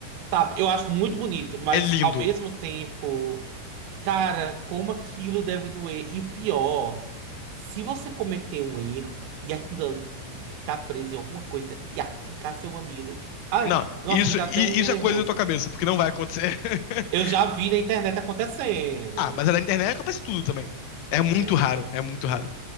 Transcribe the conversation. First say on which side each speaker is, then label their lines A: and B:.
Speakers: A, on the right; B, on the left.
A: Sabe, eu acho muito bonito, mas
B: É lindo.
A: ao mesmo tempo. Cara, como aquilo deve doer. E o pior, se você cometer um erro e aquilo ali tá preso em alguma coisa e arrancar seu mamilo. Ai,
B: Não,
A: nossa,
B: isso,
A: me dá
B: i-
A: até um
B: isso
A: nervoso.
B: é coisa da tua cabeça, porque não vai acontecer. <laughs>
A: Eu já vi na internet acontecendo.
B: Ah, mas é na internet acontece tudo também. É muito
A: É.
B: raro, é muito raro.